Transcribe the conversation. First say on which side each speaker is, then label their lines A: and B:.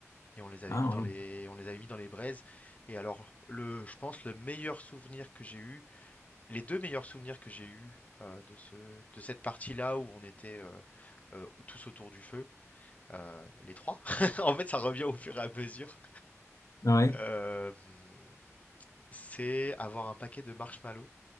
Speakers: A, on the left (about 30°); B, on the left (about 80°).
A: et on les avait
B: Ah
A: mis dans
B: oui.
A: les on les avait mis dans les braises et alors le je pense le meilleur souvenir que j'ai eu, Les 2 meilleurs souvenirs que j'ai eus, heu, de ce de cette partie-là où on était, heu heu, tous autour du feu, heu, les 3. <laughs> en fait, ça revient au fur et à mesure,
B: ah Ouais.
A: hem, c'est avoir un paquet de marshmallows,